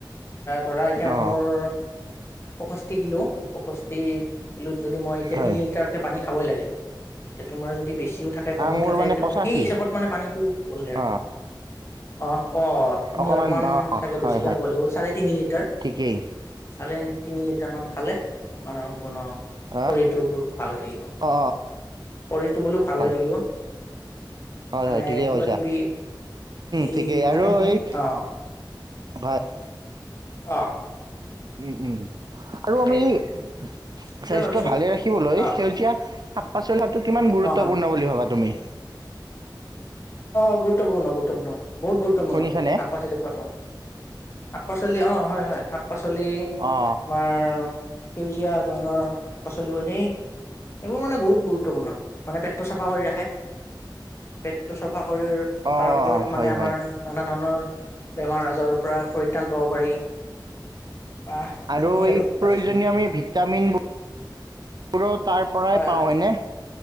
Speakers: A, on the left; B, on the right.
A: ধৰা এতিয়া
B: অ
A: মোৰ। পষষ্ঠি কিলো পষষ্ঠি কিলো। যদি মই এতি
B: হয়
A: তি লিটাৰকে পানী। খাবই লাগে এতিয়া তোমাৰ যদি বেছি। বেছিও থাকে কমো
B: মোৰ
A: থাকে
B: মানে
A: তেওঁ
B: পঁচাশী
A: সেই হিচাপত মানে পানীটো খাব লাগে আৰু।
B: অ
A: অ'হ। অ তুমি
B: অকমান
A: অলপমান
B: অ
A: চাগে
B: হয়
A: বেছিকে
B: হয়
A: খাব লাগিব চাৰে তিনি লিটাৰ
B: ঠিকেই
A: চাৰে। তিনি লিটাৰ মান খালে আমাৰ সম্পূৰ্ণ
B: অ
A: শৰীৰটো বহুত ভাল হৈ থাকিব
B: অ অ অ
A: শৰীৰটো বোলো ভাল
B: হয়
A: হৈ থাকিব।
B: হয়,
A: মানে
B: হয় ঠিকেই
A: কিবা
B: কৈছা
A: কিবি এই
B: ঠিকেই
A: থাকে
B: আৰু
A: নহয়
B: এই
A: অ
B: হয়।
A: অ
B: উম, উম। আৰু
A: তাকে
B: আমি স্বাস্থ্যৰ
A: সেইটোৱে ভাবিছো
B: ভালে ৰাখিবলৈ
A: অ
B: সেউজীয়া। শাক পাচলিাটো। কিমান গুৰুত্বপূৰ্ণ
A: অ হয়
B: বুলি ভাবা তুমি।
A: অগুৰুত্বপূৰ্ণ গুৰুত্বপূৰ্ণ। বহুত গুৰুত্বপূৰ্ণ
B: শুনিছানে
A: শাক পাচলি খোৱাতটো। শাক পাচলি অ হয়, হয় শাক। শাক পাচলি আমাৰ।
B: অ
A: সেউজীয়া ধৰণৰ শাক পাচলিবোৰ সেই এইবোৰ মানে বহুত গুৰুত্বপূৰ্ণ মানে পেটটো চাফা কৰি ৰাখে পেট। তো চব। ৰা শৰীৰত ৰখাৰ
B: অ
A: ফলত মানে
B: হয়
A: আমাৰ
B: হয়
A: নানা ধৰণৰ। বেমাৰ আজাৰৰ পৰা পৰিত্ৰাণ পাব পাৰি। বা
B: আৰু
A: সেই
B: এই
A: ভাবিছো
B: প্ৰয়োজনীয়
A: মই
B: আমি ভিটামিনবোৰবোৰো তাৰ পৰাই
A: হয় হয়
B: পাওঁ হয়নে